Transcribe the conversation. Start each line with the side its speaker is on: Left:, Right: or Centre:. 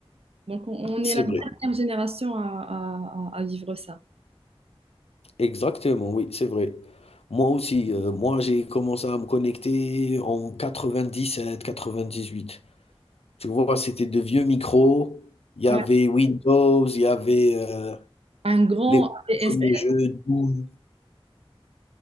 Right: Donc, on, on
Left: c'est
Right: est la dernière
Left: vrai.
Right: génération à, à- à- à vivre ça.
Left: Exactement, oui, c'est vrai. Moi aussi, euh, moi j'ai commencé à me connecter en quatre-vingt-dix quatre-vingt-dix-huit. Tu vois, c'était de vieux micros. Il y
Right: Ouais.
Left: avait Windows, il y avait, heu,
Right: Un grand
Left: les
Right: ADSL.
Left: premiers jeux Doom